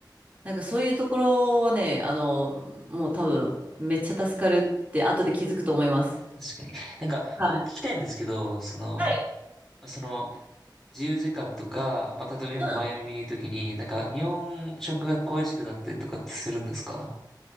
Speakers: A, on the right (about 20°); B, in the centre.
A: なんかそういうところはね、あの、もう多分めっちゃ助かるって後で気づくと思います。
B: 確かに。なんか、
A: はい。
B: 僕聞きたいんですけど、その、
A: はい。
B: その、自由時間とか、まあ、例えば今マイアミにいるときに、
A: うん。
B: なんか、日本食が恋しくなったりとかってするんですか